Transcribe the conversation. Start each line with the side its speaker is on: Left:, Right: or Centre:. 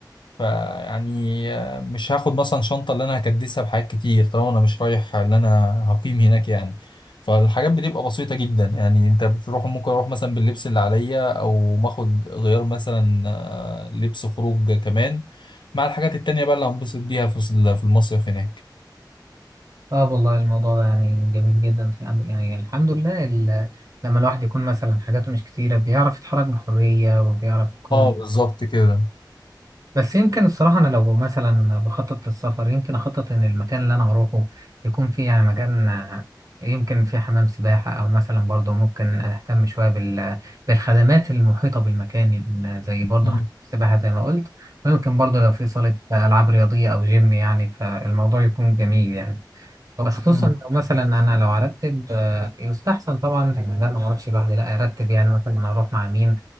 Left: فيعني آه، مش هاخد مثلا شنطه اللي انا هكدسها بحاجات كتير طالما انا مش رايح اللي انا هقيم هناك يعني فالحاجات بتبقى بسيطه جدا يعني انت بتروح ممكن اروح مثلا باللبس اللي عليا او باخد غيار مثلا آه، لبس خروج كمان مع الحاجات التانية بقى اللي هنبسط بيها في في المصيف هناك
Right: اه والله الموضوع ده يعني جميل جدا يعني يعني الحمد لله ال- لما الواحد يكون مثلا حاجاته مش كتيرة بيعرف يتحرك بحرية وبيعرف يكون
Left: اه بالظبط كده
Right: بس يمكن الصراحة أنا لو مثلا بخطط للسفر يمكن أخطط إن المكان اللي أنا هروحه يكون فيه يعني مكان آه، يمكن فيه حمام سباحة أو مثلا برضه ممكن أهتم شوية بال... بالخدمات المحيطة بالمكان إن زي برضه
Left: مم.
Right: حمام سباحة زي ما قلت ويمكن برضه لو في صالة ألعاب رياضية أو جيم يعني فالموضوع يكون جميل يعني. خصوصا
Left: مم.
Right: لو مثلا انا لو ارتب آه، يستحسن طبعا ان انا ما اروحش لوحدي لا ارتب يعني مثلا انا اروح مع مين